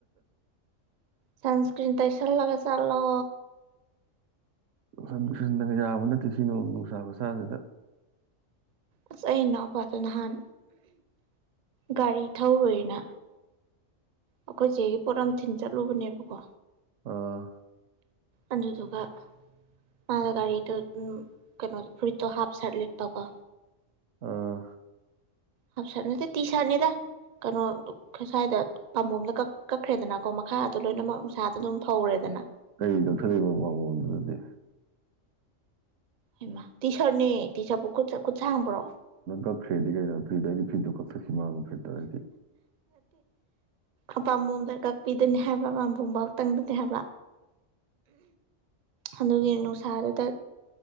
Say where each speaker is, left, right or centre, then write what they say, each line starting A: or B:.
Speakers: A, on the right; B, on the right.
A: ꯁꯟꯁꯀ꯭ꯔꯤꯟ ꯇꯩꯁꯜꯂꯒ ꯆꯠꯂꯣ
B: ꯅꯨꯡꯁꯤꯟꯗꯅ ꯌꯥꯕ ꯅꯠꯇꯦ ꯁꯤ ꯅꯣꯡ ꯅꯨꯡꯁꯥ ꯃꯁꯥꯁꯤꯗ
A: ꯑꯁ ꯑꯩ ꯏꯅꯥꯎꯄꯥꯗꯣ ꯅꯍꯥꯟ ꯒꯥꯔꯤ ꯊꯧꯔꯨꯔꯤꯅ ꯑꯩꯈꯣꯏ ꯆꯦꯒꯤ ꯄꯣꯠ ꯑꯃ ꯊꯤꯟ ꯆꯠꯂꯨꯕꯅꯦꯕꯀꯣ
B: ꯑꯥ
A: ꯑꯗꯨꯗꯨꯒ ꯃꯥ ꯒꯥꯔꯤꯗ ꯎ ꯀꯩꯅꯣ ꯐꯨꯔꯤꯠꯇꯣ ꯍꯥꯞ ꯁꯥꯔꯂ ꯇꯀꯣ
B: ꯑꯥ
A: ꯍꯥꯐꯁꯅꯦ ꯇꯤ ꯁꯥꯠꯅꯤꯗ ꯀꯩꯅꯣ ꯁ꯭ꯋꯥꯏꯗ ꯄꯥꯝꯕꯣꯝꯗ ꯀ ꯀꯛꯈ꯭ꯔꯦꯗꯅꯀꯣ ꯃꯈꯥ ꯑꯗꯣ ꯂꯣꯏꯅꯃꯛ ꯅꯨꯡꯁꯥꯗ ꯑꯗꯨꯝ ꯐꯧꯔꯦꯗꯅ
B: ꯀꯔꯤ ꯂꯧꯧꯊꯛꯏꯕ ꯄꯕꯗꯨꯗꯗꯤ
A: ꯍꯃ ꯇꯤ ꯁꯔꯠꯅꯦꯅꯤ ꯇꯤ ꯁꯔꯠꯄꯨꯠ ꯈꯨꯠ ꯁꯥ ꯍꯥꯡꯕ꯭ꯔꯣ
B: ꯑꯣ ꯐ꯭ꯔꯦꯗꯤꯀꯦ ꯐꯤꯔꯤꯗ ꯐꯤꯗ ꯀ ꯁꯤꯃ ꯑꯃ ꯐꯤꯔ ꯇ
A: ꯑꯄꯥꯝꯕꯣꯝ ꯗꯔ ꯀꯥꯛꯄꯤꯗꯨꯣꯏꯅꯤ ꯍꯥꯏꯕ ꯑꯄꯥꯝꯕꯣꯝ ꯇꯪꯗꯗꯤ ꯍꯥꯏꯕ ꯑꯗꯨꯒꯤ
B: ꯑꯥ
A: ꯅꯨꯡꯁꯥꯗꯨꯗ